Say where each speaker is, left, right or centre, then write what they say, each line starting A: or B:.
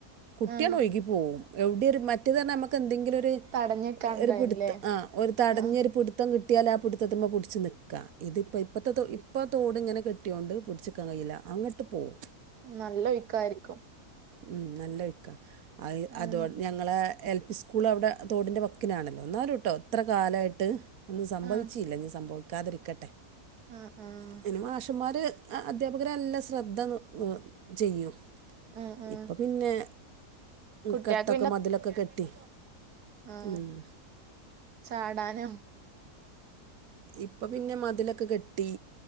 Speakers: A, on the right; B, on the right.
A: കുട്ടിആണ്ട്
B: ആഹ്
A: ഒഴകി പോകും എവിടെയ ഒരു മറ്റേ തന്നെ നമക്ക് എന്തെങ്കിലും ങ്കിലും ഒരു
B: തടഞ്ഞിക്കാണ്ടായിനില്ലേ
A: ഒരു പിടിത്ത് ആ ഒരു തടഞ്ഞൊ
B: ആഹ്
A: ഒരു പിടിത്ത് മൊത്തം കിട്ടിയാൽ ആ പിടിത്തെ പിടിച്ച് നിൽക്കുക ഇതിപ്പോ ഇഴത്തെ ഇപ്പോൾ തോടി ഇങ്ങനെ കിട്ടിയതൊണ്ട് പിടിച്ചേക്കാൻ കിയില്ല അങ്ങോട്ട് പോകവും
B: നല്ല ഒഴുക്കായിരിക്കും
A: ഉം നല്ലൊഴിക്ക അ
B: ആഹ്
A: അത ഞങ്ങളെ എൽ പി സ്കൂൾ അവിടെ തോട്ന്റെ വ വക്കിനാണല്ലോ ഇന്നാലും കേട്ടോ ഇത്ര കാലമായിട്ട് ഒന്നും സംഭവിച്ചില്ല
B: ആഹ്
A: ഇനി സംഭവിക്ക കാതിരിക്കട്ടെ
B: ആഹ് ആഹ്
A: അ യിന് മാഷന്മാര് അധ്യാപകരെല്ലാം ശ്രദ്ധ ചെയ്യും
B: ആഹ് ആഹ്
A: ഇപ്പൊ പിന്നെ
B: കുട്ട്യാക്ക്
A: കെട്ടൊക്കെ മതിലൊക്കെ കെട്ടി
B: ആ
A: ഉം.
B: ചാടാ ടാനും
A: ഇപ്പ പിന്നെ മതിലൊക്കെ കെട്ടി